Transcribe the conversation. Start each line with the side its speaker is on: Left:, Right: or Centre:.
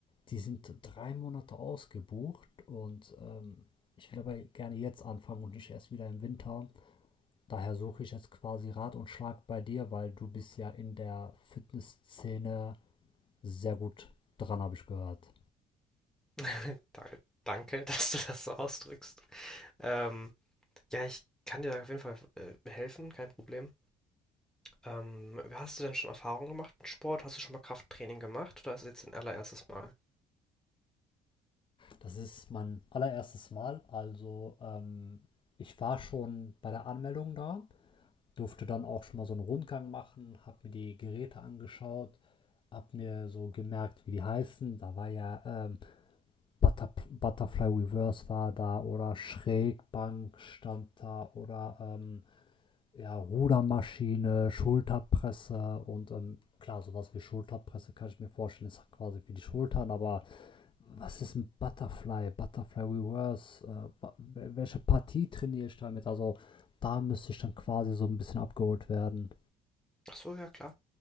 Left: die sind drei Monate ausgebucht und ähm, ich will aber gerne jetzt anfangen und nicht erst wieder im Winter. Daher suche ich jetzt quasi Rat und Schlag bei dir, weil du bist ja in der Fitnessszene sehr gut dran, habe ich gehört.
Centre: <laughs> Da danke, dass du das so ausdrückst. Ähm, ja, ich kann dir da auf jeden Fall, äh, helfen, kein Problem. Ähm, hast du denn schon Erfahrung gemacht mit Sport? Hast du schon mal Krafttraining gemacht oder ist es jetzt dein allererstes Mal?
Left: Das ist mein allererstes Mal. Also ähm, ich war schon bei der Anmeldung da, durfte dann auch schon mal so einen Rundgang machen, habe mir die Geräte angeschaut, habe mir so gemerkt, wie die heißen. Da war ja ähm, Butter Butterfly Reverse war da oder Schrägbank stand da oder ähm, ja, Rudermaschine, Schulterpresse und ähm, klar, sowas wie Schulterpresse kann ich mir vorstellen, ist quasi für die Schultern, aber was ist ein Butterfly, Butterfly Reverse, äh, welche Partie trainiere ich damit? Also da müsste ich dann quasi so ein bisschen abgeholt werden.
Centre: Ach so, ja klar.